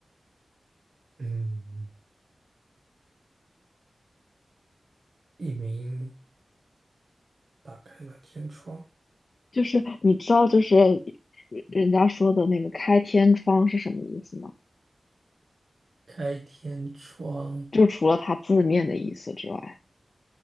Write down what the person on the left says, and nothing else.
就是你知道，就是人家说的那个开天窗是什么意思吗？
就除了它字面的意思之外。